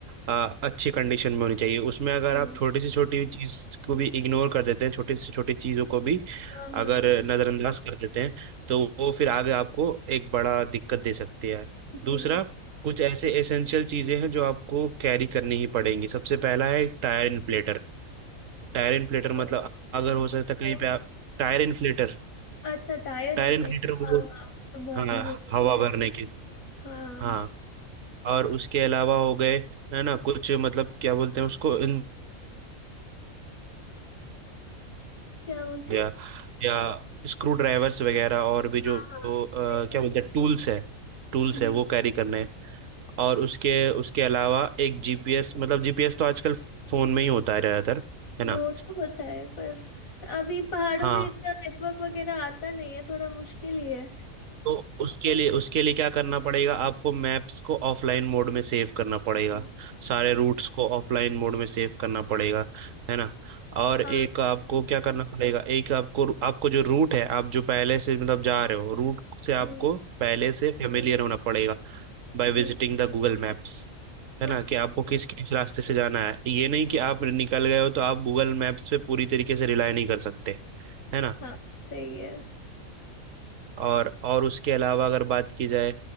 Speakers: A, on the right; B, on the left.
A: अ, अच्छी कंडीशन में होनी चाहिए उसमें अगर
B: जी
A: आप छोटी से छोटी चीज़ को भी इग्नोर कर देते हैं छोटी से छोटी चीज़ों को भी
B: हाँ हाँ
A: अगर नज़रअंदाज कर देते हैं तो वो फिर आगे आपको एक बड़ा दिक्कत दे सकती है
B: जी
A: दूसरा कुछ ऐसे एसेंशियल चीज़ें हैं जो आपको कैरी करनी ही पड़ेंगी सबसे पहला है टायर इन्फ्लेटर टायर इन्फ्लेटर
B: सॉरी
A: मतलब अगर हो सकता है
B: क्या
A: कहीं
B: हुआ?
A: पे आप टायर इन्फ्लेटर
B: अच्छा टायर
A: टायर
B: इन्फ्लेट
A: इन्फ्लेटर
B: हाँ
A: वो
B: हाँ वो तो बहुत
A: हाँ
B: ही ज़रूरी
A: हवा
B: है
A: भरने की
B: हाँ
A: हाँ और उसके अलावा हो गए है ना कुछ मतलब क्या बोलते हैं उसको इन हो
B: क्या बोलते
A: गया
B: हैं
A: या स्क्रू ड्राइवर्स वगैरह और भी जो
B: हाँ हाँ
A: जो, अ,
B: सही
A: क्या
B: है
A: बोलते हैं टूल्स है टूल्स
B: जी
A: है वो कैरी करने हैं और उसके उसके अलावा एक जीपीएस मतलब जीपीएस तो आजकल फोन में ही होता है ज्यादातर है
B: वो
A: ना
B: तो होता है पर अभी पहाड़ों
A: हाँ
B: में इतना नेटवर्क वगैरह आता नहीं है थोड़ा मुश्किल ही है
A: तो उसके
B: है ना?
A: लिए उसके लिए क्या करना पड़ेगा आपको मैप्स को ऑफलाइन मोड में सेव करना पड़ेगा
B: जी
A: सारे रूट्स को ऑफलाइन मोड में सेव करना पड़ेगा है ना और
B: हाँ
A: एक आपको क्या करना पड़ेगा एक आपको आपको जो रूट है आप जो पहले से मतलब जा रहे हो रूट से आपको
B: हम्म
A: पहले से फेमिलियर होना पड़ेगा by
B: जी
A: visiting the Google maps है ना
B: अच्छा
A: कि आपको किस किस रास्ते से जाना है ये नहीं कि आप निकल गए हो तो आप गूगल मैप्स पे पूरी तरीके से रिलाई नहीं कर सकते है ना
B: हाँ सही है
A: और और उसके अलावा अगर बात की जाए